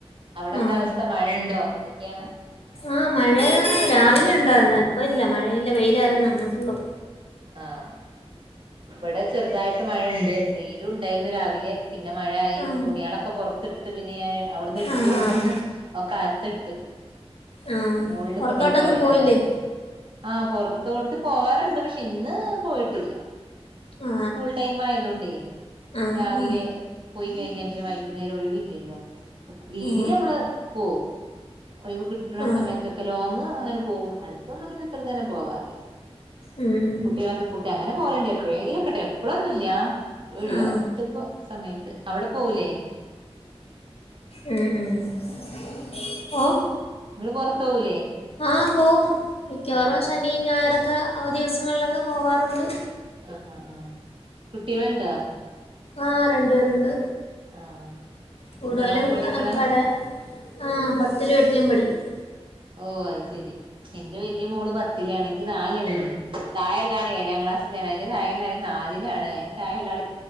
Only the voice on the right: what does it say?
അവടെന്താ
അവസ്ഥ മഴ ണ്ടോ? എന്തൊക്കെയാണ്?
ആഹ്. വടെ ചെറ്തായിട്ട് മഴണ്ട്. വെയിലുണ്ടായിന്ന് രാവിലെ പിന്നെ മഴ പയി
തുണിയള ക്കെ പൊറത്ത്ട്ട്ട്ട് പിന്നെ ഞാന് അവ്ട്ന്ന്ട്ത്ത്
കൊണ്ടന്ന് ഒക്കെ അകത്ത്ട്ട്.
മോൾള്
കൊണ്ടോയി തോര
ടലാണ്. ആഹ് പൊറത്തോട്ട് പോവാറ്ണ്ട്, പഷെ ഇന്ന് പോയിട്ടില്ല്യ.
പ്പ സ്കൂൾ ടൈമായതോണ്ടേ
രാവിലെ പോയി കഴിഞ്ഞാ പിന്നെ വൈകുന്നേരം ഒഴിവില്ല്യല്ലോ, ലീവില്
ഞമ്മള് പോവും. ഒഴിവ് കിട്ട്ണ
സമയത്തൊക്കെ ലോങ്ങ് അങ്ങനെ പോവും അട് ത്തൊന്നും പിന്നെ ഇത്ര തന്നെ പോവാറില്ല.
കുട്ടികളെക്കെ കൂട്ടി അങ്ങനെ പോവല്ണ്ടേ എപ്പഴേങ്കിലൊക്കെട്ടൊ എപ്പോഴൊന്നുല്ല്യാ ഒഴിവക്കെ
കിട്ടുമ്പോ സമയത്ത്, അവിടെ പോവുലേ.
ങ്ങള് പൊറത്തോവു
ആഹ്
ആഹ് ആഹ് ആഹ് കുട്ടികൾണ്ടാ?
ആഹ്
എത്രാം ക്ലാസ് പഠിക്കണ
ഓഹ് അയ്ശെരി. ഇന്റെ വെല്യ മോള് പത്തിലാണ്, ൻക്ക് നാലാള്ണ്ട്, താഴെള്ളാള് ഏഴാം ക്ലാസ് എളേതിന്റെ താഴെള്ളാള് നാലിലാണ്, അയ്ന്റെ താഴെള്ളാള്